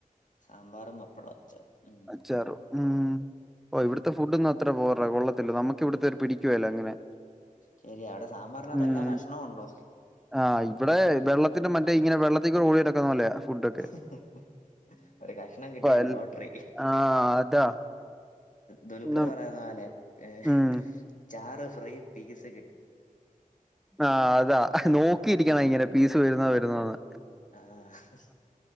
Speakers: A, on the left; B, in the centre.
A: സാമ്പാറും പപ്പടോം അച്ചാറും ഉം
B: അച്ചാറും ഉം ഓഹ് ഇവിടുത്തെ ഫുഡ്ഡൊന്നും അത്ര പോര, കൊള്ളത്തില്ല നമ്മുക്ക് ഇവിടുത്തെ പിടിക്കുവേല അങ്ങനെ.
A: ശരിയാ അവിടെ സാമ്പാറിനകത്ത്
B: ഉം
A: എല്ലാ കഷ്ണവു ഉണ്ടോ?
B: ആഹ് ഇവിടെ വെള്ളത്തിൻ്റെ മറ്റേ ഇങ്ങനെ വെള്ളത്തിക്കൂടെ ഒഴ്കി നടക്കുന്ന പോലെ യാ ഫുഡ് ഒക്കെ
A: ഹുംഹും. ഒരു കഷണം കിട്ടിയാ
B: എൽ
A: ലോട്ടറി,
B: ആഹ് അതാ
A: ദുൽഖർ
B: ന്നും
A: പറ യ്ന്നപോലെ ഹ്ഹ്
B: ഉം
A: ചാറ് ഫ്രീ പിസ്
B: ആഹ് അതാ നോക്കിയിരിക്കണം ഇങ്ങനെ പീസ് വരുന്നോ വരുന്നോന്ന്.
A: ആഹ് ഹ്ഹ്.